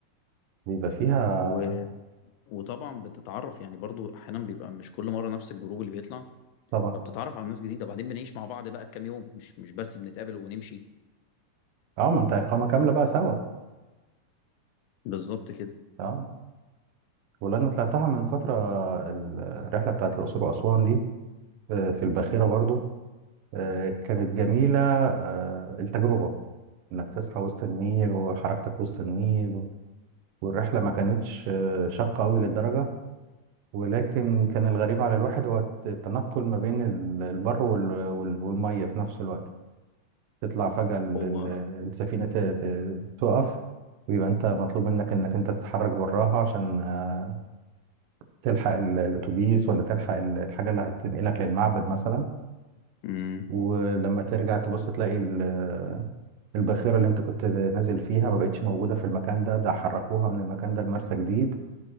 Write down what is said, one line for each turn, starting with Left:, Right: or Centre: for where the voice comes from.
Right: وبيبقى فيها
Left: و... وطبعا بتتعرف يعني برضو احيانا بيبقى مش كل مره نفس الجروب اللي بيطلع
Right: طبعا
Left: فبتتعرف على ناس جديده وبعدين بنعيش مع بعض بقى كام يوم مش مش بس بنتقابل ونمشي
Right: اه ما انت اقامة كاملة بقى سوا
Left: بالظبط كده
Right: اه ولأن طلعتها من فترة ال- الرحلة بتاعت الأقصر وأسوان دي آه، في الباخرة برضو آه، كانت جميلة آه، التجربة انك تصحى وسط النيل وحركتك وسط النيل والرحلة ما كانتش آه، شاقة قوي للدرجة ولكن كان الغريب على الواحد هو الت- التنقل ما بين ال- البر وال- وال- والمية في نفس الوقت تطلع فجأة ال-
Left: هو
Right: ال- السفينة ت- ت- تقف ويبقى انت مطلوب منك انك انت تتحرك براها عشان آه، تلحق ال- الاتوبيس ولا تلحق ال- الحاجة اللي هتنقلك للمعبد مثلا
Left: امم
Right: ولما ترجع تبص تلاقي ال- الباخرة اللي انت كنت نازل فيها ما بقتش موجودة في المكان ده ده حركوها من المكان ده لمرسى جديد